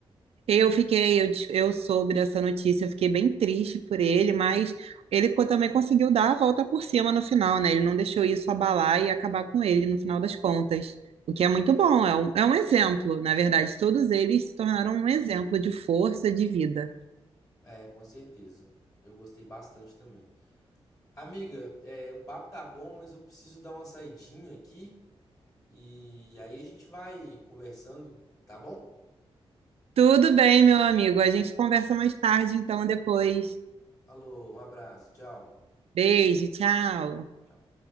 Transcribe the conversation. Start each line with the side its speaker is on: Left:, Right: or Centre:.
Right: Eu fiquei, eu, des- eu soube dessa notícia, eu fiquei bem triste por ele, mas ele co- também conseguiu dar a volta por cima no final, né? Ele não deixou isso abalar e acabar com ele no final das contas, o que é muito bom, é um, é um exemplo, na verdade, todos eles se tornaram um exemplo de força de vida.
Left: É, com certeza. Eu gostei bastante também. Amiga, é, o papo tá bom, mas eu preciso dar uma saidinha aqui. E aí a gente vai conversando, tá bom?
Right: Tudo bem, meu amigo, a gente conversa mais tarde, então depois.
Left: Falou, um abraço, tchau.
Right: Beijo, tchau.
Left: tchau.